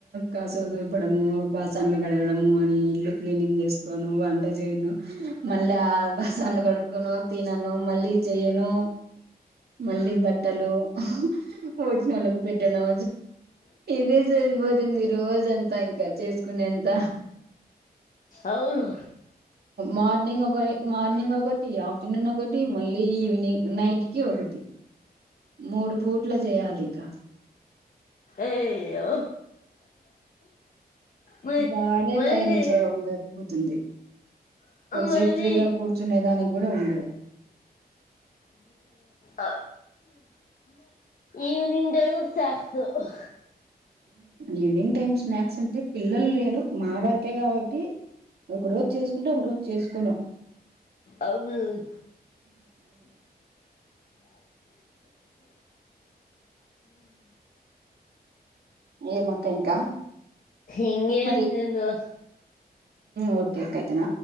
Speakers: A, on the right; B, on the left.
A: కాసు దుల పడము బాసన్లు గడగడం అని ఇల్లు క్లీనింగ్ చేసుకోను వంట చేయను మళ్ళ ఆ బాసన్లు గడు కును తినను మళ్ళీ చెయను మళ్ళీ బట్టలు పోట్న వాళ్ళకి పెట్టడం ఇదే సరిపోతుంది రోజంతా ఇంకా చేస్ కునింత
B: అవును
A: మార్నింగ్ ఒక మార్నింగ్ ఒకటి ఆఫ్టర్నూన్ ఒకటి మళ్ళీ ఈవినింగ్ నైట్కి ఒకటి మూడు పూట్ల చేయాలి ఇంక
B: అయ్యో మ మళ్ళీ
A: గాడే టైమ్ సగం జరిపోతుంది కొంచెపు
B: మళ్ళీ
A: ఫ్రీగా కూర్చునే దానికి కూడా ఉండదు
B: ఆ ఈవినింగ్ టైం కి చేస్తావ్
A: ఈవినింగ్ టైమ్ స్నాక్స్ అంటే పిల్లలు లేరు మా వరకే కావట్టి టి ఒక రోజు చేసుకుంటే ఒక రోజు చేసుకొను
B: అవును <inaudible>
A: ఏమక్క ఇంకా
B: ఇంగా ఏం
A: మరి
B: లేదు
A: ఓకే కైతన